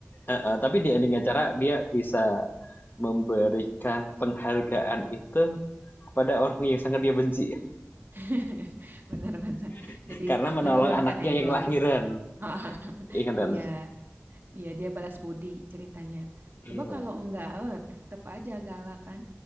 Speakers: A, on the left; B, on the right.
A: heeh, tapi di ending acara dia bisa memberikan penghargaan itu kepada orang yang sangat dia benci
B: <laughs> bener-bener
A: <laughs>
B: jadi
A: karena menolong
B: menurunkan
A: anaknya
B: egonya
A: yang lahiran.
B: <laughs> Ah,
A: Ingat kan?
B: iya iya dia balas budi ceritanya
A: Iya.
B: coba kalau enggak eh, tetep aja galak kan